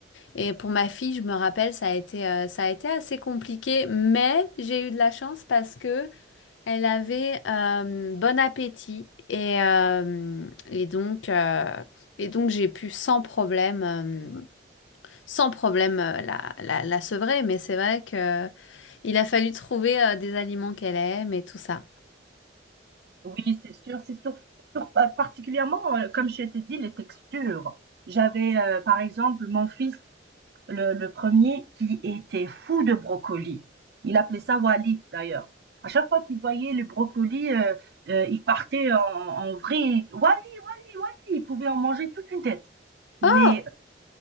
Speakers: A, on the left; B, on the right.
A: Et pour ma fille, je me rappelle, ça a été, euh, ça a été assez compliqué, mais j'ai eu de la chance parce que elle avait euh, bon appétit et euh, et donc euh, et donc j'ai pu sans problème. euh, sans problème euh, la, la, la sevrer, mais c'est vrai que euh, il a fallu trouver euh, des aliments qu'elle aime et tout ça.
B: Oui, c'est sûr, c'est sûr. Sur- euh, particulièrement, euh, comme je t'ai dit, les textures. J'avais, euh, par exemple, mon fils, le, le premier, qui était fou de brocoli. Il appelait ça Wally, d'ailleurs. À chaque fois qu'il voyait les brocolis, euh, euh, il partait en, en vrille. Wally, Wally, Wally. Il pouvait en manger toute une tête. Mais
A: Oh!